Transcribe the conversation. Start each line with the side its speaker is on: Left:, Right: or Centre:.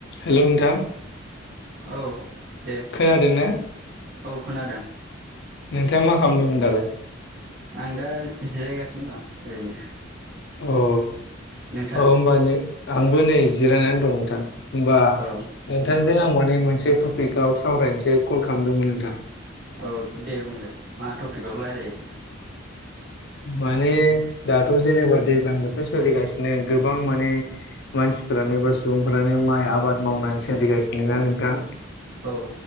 Left: Hello नोंथां।
Right: औ दे।
Left: खोनादों ना।
Right: औ खोनादों।
Left: नोंथांङा मा खालामदोंमोन दालाय।
Right: आं दा जिरायगासिनो दं ओरैनो।
Left: अ औ
Right: नोंथाङालाय
Left: होमबा नै आंबो नै जिरायनानै दं नोंथां। होमबा
Right: औ
Left: नोंथांजों आं माने मोनसे टपिकआव सावरायनोसो कल खालामदोंमोन नोंथां।
Right: औ दे बुंदो मा टपिकआव रायलायो।
Left: माने दाथ' जेनेबा दैज्लां बोथोर सोलिगासिनो गोबां माने। मानसिफोरानो बा सुबुंफोरानो माइ आबाद मावनाय सोलिगासिनो ना नोंथां।
Right: औ।